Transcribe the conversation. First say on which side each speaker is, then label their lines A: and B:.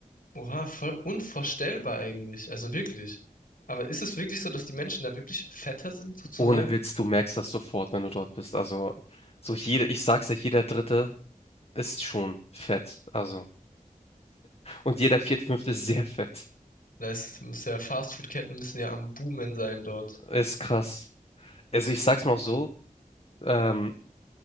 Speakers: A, on the left (about 85°); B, on the left (about 45°).
A: Oha, voll unvorstellbar eigentlich. Also wirklich. Aber ist es wirklich so, dass die Menschen da wirklich fetter sind, sozusagen?
B: Ohne Witz, du merkst das sofort, wenn du dort bist. Also, so jeder, ich sag's ja, jeder Dritte ist schon fett. Also, und jeder Vierte, Fünfte ist sehr fett.
A: Da ist, muss ja, Fastfood-Ketten müssen ja am Boomen sein dort.
B: Ist krass. Also, ich sag's mal so, ähm,